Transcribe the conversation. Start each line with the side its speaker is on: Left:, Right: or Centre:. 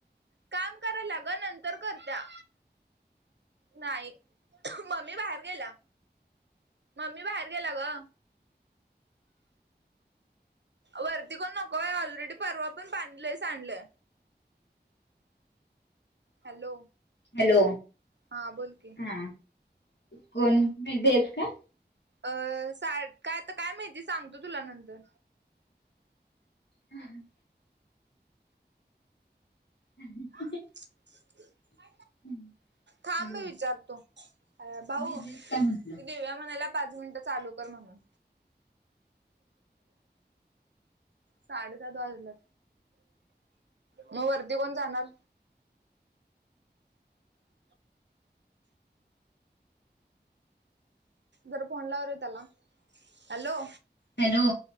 Right: काम करायला ग नंतर करत्या नाही मम्मी बाहेर गेला मम्मी बाहेर गेला ग वरती कोण नको ऑलरेडी परवा पण बांधलं स आणलं हॅलो
Left: हॅलो
Right: हा बोल की
Left: हा कोण बझीस का
Right: अ सा काय आता काय माहिती सांगतो तुला नंतर
Left: हम् हम
Right: <unintelligible>
Left: <unintelligible>
Right: थांब
Left: हॅलो
Right: मी विचारतो अ भाऊ
Left: बिझी
Right: ती
Left: आहेस का म्हटलं?
Right: दिव्या म्हणायला पाच मिनट चालू कर म्हणून साडेसात वाजला मग वरती कोण जाणार <inaudible> जर फोन लाव रे त्याला हॅलो
Left: हॅलो